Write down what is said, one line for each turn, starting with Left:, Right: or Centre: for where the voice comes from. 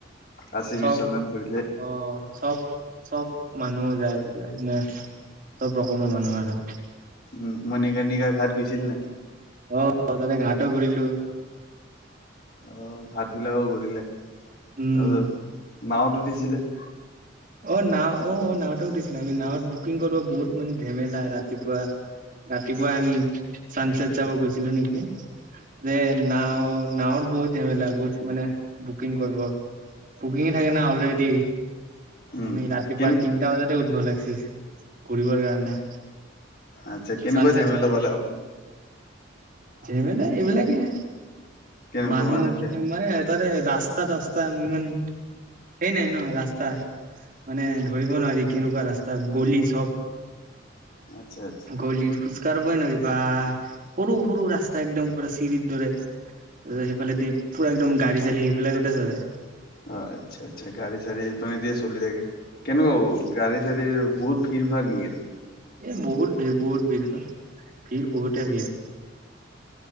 Left: কাশী
Right: চব,
Left: বিশ্বনাথ গৈছিলে
Right: অহ, চব চব, মানুহ যায় মানে। চব ৰকমৰ মানুহ আৰু
Left: উম মণিকণিকা ঘাত গৈছিল নাই।
Right: অ, তাতে ঘাট অ ঘূৰিলো।
Left: অহ। ভাত বিলাকও ঘৰিলে।
Right: উম,
Left: আৰু নাওতো উঠিছিলে।
Right: অহ, নাওঁ অহ, অহ নাওঁত অ উঠিছিলো। আমি নাৱত বুকিং কৰিব বহুত মানে ঝেমেলা। ৰাতিপুৱা, ৰাতিপুৱা আমি চানচট চাব গৈছিলো নেকি। যে নাওঁৱত বহুত ঝেমেলা বহুত মানে বুকিং কৰিব বুকিং থাকে না অলৰেডি।
Left: উম
Right: আমি ৰাতিপুৱা
Left: কেনে
Right: তিনিটা বজাতেই উঠিব লাগে। কৰিবৰ কাৰণে।
Left: আচ্ছা, কেনেকুৱা
Right: চানচেট
Left: ঝামেলা
Right: চাবৰ কাৰণে
Left: পালে আপুনি।
Right: ঝেমেলা এইবিলাকেই।
Left: কেনেকুৱা
Right: মানুহ
Left: মানে
Right: থাকে
Left: ফে
Right: মানে। তাৰে ৰাস্তা তাছটা তাত ইমান সেই নাই ন ৰাস্তা মানে ধৰিব নোৱাৰি কেনেকুৱা ৰাস্তা গলি চব।
Left: আচ্ছা আচ্ছা
Right: গলীত খোজকাঢ়ি কবই নোৱাৰিব বাহ। সৰু, সৰু ৰাস্তা এক্দম পুৰা চিৰিৰ দৰে। সেইফালে দি পুৰা একদম গাড়ী -চাৰি সেইবিলাকতে ধৰে।
Left: অহ আচ্ছা, আচ্ছা গাড়ী চাৰি সেইফালেদি এ চলি থাকে। কেনেকুৱা হব। গাড়ী -চাড়ী বহুত ভিৰ, ভাৰ নেকি তাত।
Right: এই বহুত ভিৰ। বহুত ভিৰ ভিৰ বহুতে ভিৰ।